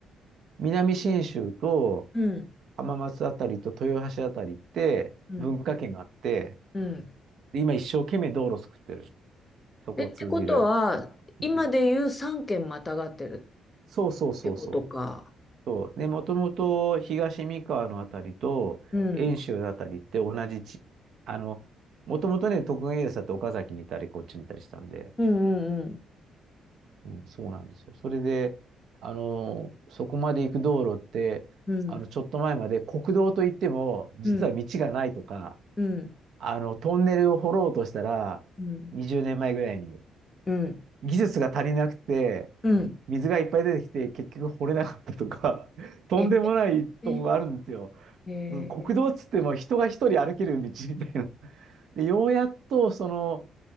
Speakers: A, on the right; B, on the left.
A: 南信州と
B: うん、
A: 浜松あたりと豊橋あたりって文化圏があって、
B: うん、うん。
A: で今一生懸命道路作ってる。そこを通じる。
B: え、ってことは、
A: うん
B: 今で言う3県またがってる
A: そうそうそうそう。
B: ってことか。
A: そう。で、もともと東三河のあたりと遠州のあたりって同じ地、
B: うん、
A: あの、もともとね、徳川家康だって岡崎にいたり、こっちにいたりしたんで、
B: うん、うん、
A: うん、そうなんですよ。それで、あの、そこまで行く道路って、
B: うん、
A: あの、ちょっと前まで国道といっても、実は道がないとか、
B: うん、うん、うん、
A: あの、トンネルを掘ろうとしたら、
B: うん、
A: 20年前ぐらいに、
B: うん。
A: 技術が足りなくて、
B: うん
A: 水がいっぱい出てきて、結局掘れなかったとか、<laughs> とんでもないとこがあるんですよ。
B: ええへえ。
A: うん、国道っつっても人が一人歩ける道みたいな。で、ようやっと、その、